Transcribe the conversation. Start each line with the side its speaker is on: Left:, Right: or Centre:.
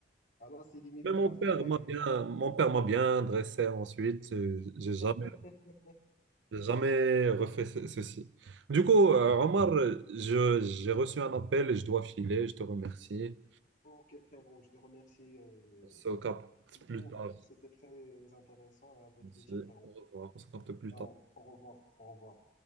Left: ah là, c'est limite
Right: Mais
Left: grave,
Right: mon père
Left: c'est vrai.
Right: m'a bien, mon père m'a bien dressé ensuite. euh, J'ai jamais,
Left: <laughs>
Right: j'ai jamais refait ce- ceci. Du coup, euh, Omar, je, j'ai reçu un appel et je dois filer. Je te remercie.
Left: Ok, frérot, je te remercie. euh,
Right: On se capte plus
Left: Pour,
Right: tard.
Left: euh, C'était très intéressant et avec
Right: Merci.
Left: plaisir, Pierrot.
Right: Au revoir. On se capte plus
Left: Euh,
Right: tard.
Left: au revoir, au revoir.